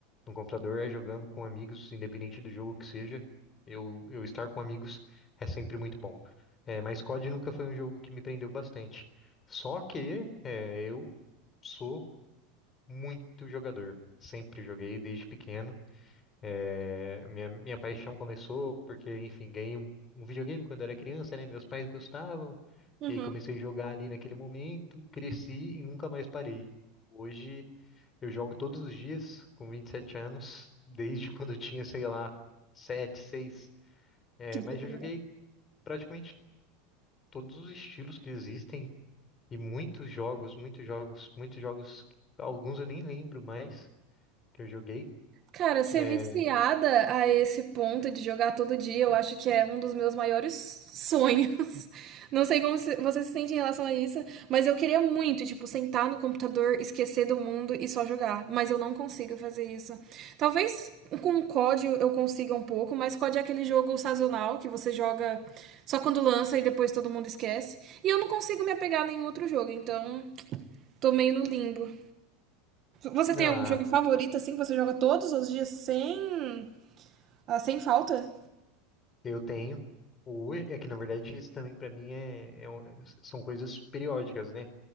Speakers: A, on the left; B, on the right.
A: no computador é jogando com amigos, independente do jogo que seja. Eu, eu estar com amigos é sempre muito bom. É, mas COD nunca foi um jogo que me prendeu bastante. Só que é, eu. sou muito jogador. Sempre joguei desde pequeno. É, minha, minha paixão começou porque, enfim, ganhei um, um videogame quando era criança, né? Meus pais gostavam.
B: Uhum.
A: E aí comecei a jogar ali naquele momento, cresci e nunca mais parei. Hoje eu jogo todos os dias, com 27 anos, desde <laughs> quando eu tinha, sei lá, 7 seis É,
B: Que
A: mas
B: doideira.
A: já joguei praticamente todos os estilos que existem e muitos jogos, muitos jogos, muitos jogos. Alguns eu nem lembro mais que eu joguei.
B: Cara, ser
A: É,
B: viciada a esse ponto de jogar todo dia, eu acho que é um dos meus maiores sonhos. <laughs> Não sei como se- você se sente em relação a isso, mas eu queria muito, tipo, sentar no computador, esquecer do mundo e só jogar. Mas eu não consigo fazer isso. Talvez com o COD eu consiga um pouco, mas COD é aquele jogo sazonal que você joga só quando lança e depois todo mundo esquece. E eu não consigo me apegar a nenhum outro jogo, então tô meio no limbo. Você tem
A: ah,
B: algum jogo favorito, assim, que você joga todos os dias sem ah, sem falta?
A: eu tenho. O é que na verdade isso também para mim é, é um- são coisas periódicas, né?